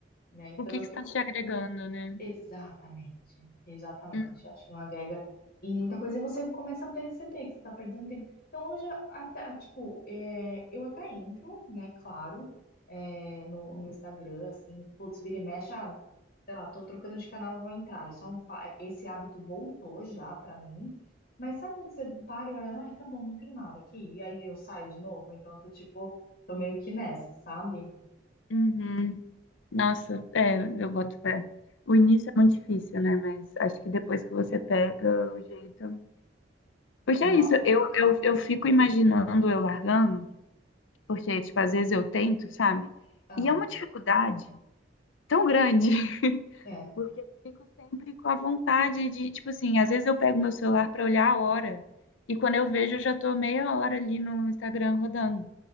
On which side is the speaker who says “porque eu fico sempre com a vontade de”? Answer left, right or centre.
Left